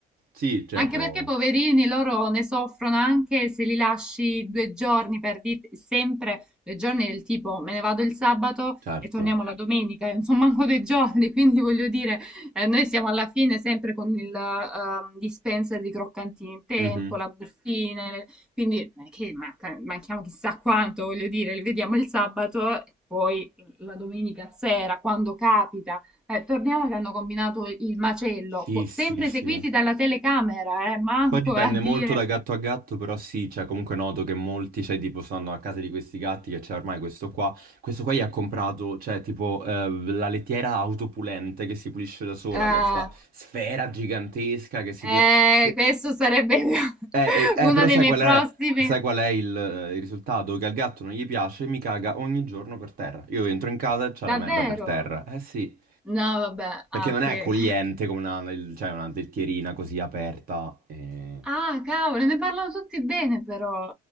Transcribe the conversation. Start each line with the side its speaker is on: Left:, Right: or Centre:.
Right: Sì, cioè
Centre: Anche
Right: può...
Centre: perché poverini loro ne soffrono anche se li lasci due giorni per dire sempre due giorni del tipo me ne vado il sabato
Right: Certo.
Centre: e torniamo la domenica, <laughs> insomma manco due giorni, <laughs> quindi voglio dire eh, noi siamo alla fine sempre con il ehm, dispenser di croccantini in tempo,
Right: Mhm.
Centre: la bustina, le- quindi non è che manca- manchiamo chissà quanto, voglio dire, li vediamo il sabato e poi la domenica sera quando capita eh, torniamo che hanno combinato il macello,
Right: Sì,
Centre: co-
Right: sì,
Centre: sempre
Right: sì.
Centre: seguiti dalla telecamera, eh, manco
Right: Poi dipende
Centre: a dire.
Right: molto da gatto a gatto, però sì, cioè comunque noto che molti, cioè tipo stanno a casa di questi gatti che c'è ormai questo qua, questo qua gli ha comprato, cioè tipo eh, la lettiera autopulente che si pulisce da sola,
Centre: eh,
Right: che è sta sfera gigantesca che si
Centre: eh,
Right: può... che-
Centre: questo sarebbe <laughs>
Right: Eh, eh,
Centre: uno
Right: eh, però
Centre: dei
Right: sai
Centre: miei
Right: qual
Centre: prossimi.
Right: è, sai qual è il, eh, il risultato? Che al gatto non gli piace e mi caga ogni giorno per terra. Io entro in casa e c'è
Centre: Davvero?
Right: la merda per terra. Eh sì,
Centre: No, vabbè,
Right: perché
Centre: ah,
Right: non
Centre: che...
Right: è accogliente come una, cioè una lettierina così aperta. eh.
Centre: Ah, cavolo, ne parlano tutti bene però.